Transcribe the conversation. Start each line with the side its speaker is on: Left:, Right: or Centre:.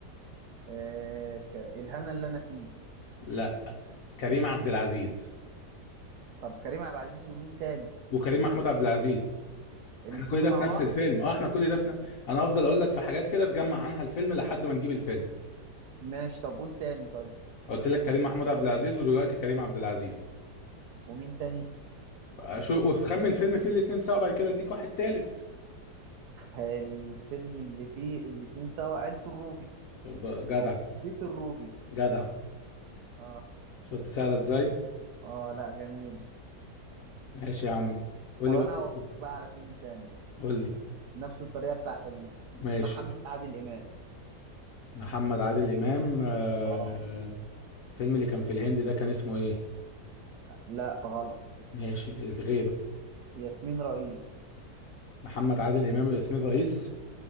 Right: آه... ك... الهنا اللي انا فيه
Left: لا كريم عبد العزيز
Right: طب كريم عبد العزيز ومين تاني
Left: وكريم محمود عبد العزيز
Right: الاتنين
Left: احنا كل ده
Right: مع
Left: في نفس
Right: بعض
Left: الفيلم اه احنا كل ده في ن... انا هفضل اقول لك في حاجات كده تجمع عنها الفيلم لحد ما نجيب الفيلم
Right: ماشي طب قول تاني طيب
Left: قلت لك كريم محمود عبد العزيز ودلوقتي كريم عبد العزيز
Right: ومين تاني
Left: آه، شو خمن فيلم فيه الاتنين سوا بعد كده اديك واحد تالت
Right: آه، الفيلم اللي فيه الاتنين سوا عيلة الروبي
Left: طب جدع
Right: او بيت الروبي
Left: جدع
Right: اه
Left: شفت سهلة ازاي
Right: اه لا جميل
Left: ماشي يا عم قول
Right: طب
Left: لي
Right: انا
Left: بقى
Right: هقول لك بقى على فيلم تاني
Left: قول لي
Right: نفس الطريقة بتاعتك دي
Left: ماشي
Right: محمد عادل امام
Left: محمد عادل امام آه،
Right: اه
Left: الفيلم اللي كان في الهند ده كان اسمه ايه
Right: لا غلط
Left: ماشي غيره
Right: ياسمين رئيس
Left: محمد عادل امام وياسمين رئيس